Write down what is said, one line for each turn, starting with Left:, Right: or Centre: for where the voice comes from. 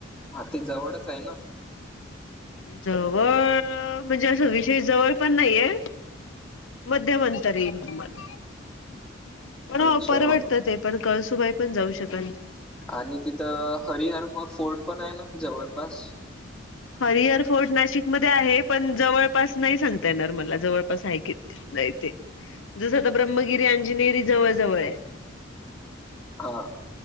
Centre: आर्थिक जवळच आहे ना.
Left: जवळ म्हणजे असं विशेष जवळ पण नाहीये. मध्यमंतर येईन तुम्हाला. पण हो
Centre: अच्छा
Left: परवडतं ते पण कळसुबाई पण जाऊ शकत.
Centre: आणि तिथं हरिहर फोर्ट पण आहे जवळपास.
Left: हरिहर फोर्ट नाशिकमध्ये आहे पण जवळपास नाही सांगता येणार मला जवळपास हाय की नाही ते जसं आता ब्रह्मगिरी, अंजिनेरी जवळ-जवळ आहे.
Centre: हा.